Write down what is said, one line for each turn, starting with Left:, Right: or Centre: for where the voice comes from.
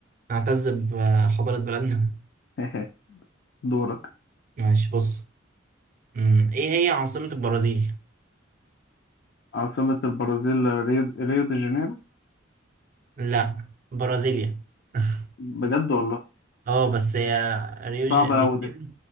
Right: نعتز بحضاره بلدنا
Left: <laughs> دورك،
Right: <laughs> ماشي بص امم ايه هي عاصمة البرازيل؟
Left: عاصمة البرازيل ريو ريو دي جانيرو
Right: لا برازيليا <laughs>
Left: بجد والله
Right: اه بس هي ريو
Left: صعبة
Right: دي
Left: أوي
Right: جانيرو
Left: دي